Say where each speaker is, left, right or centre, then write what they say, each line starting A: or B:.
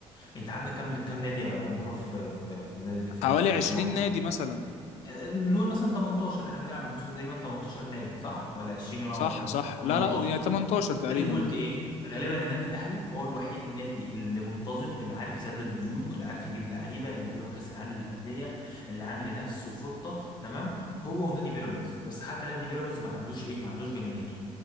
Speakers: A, on the left; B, on the left.
A: انت عندك كام كام نادي يا مورا في في في نادي في
B: حوالي
A: في
B: 20
A: مصر
B: نادي مثلا
A: نقول مثلا 18 احنا بنلعب الموسم ده تقريبا 18 نادي صح ولا 20 وانا
B: صح
A: غلطان
B: صح لا
A: 18
B: لا يعني 18 تقريبا
A: اديك قلت ايه غالبا النادي الاهلي هو الوحيد النادي اللي منتظم اللي عارف يسدد ديونه اللي عارف يجيب لعيبه اللي بيروح كاس العالم للانديه اللي عامل لنفسه خطه تمام هو ونادي بيراميدز بس حتى نادي بيراميدز ما عندوش ايه ما عندوش جماهير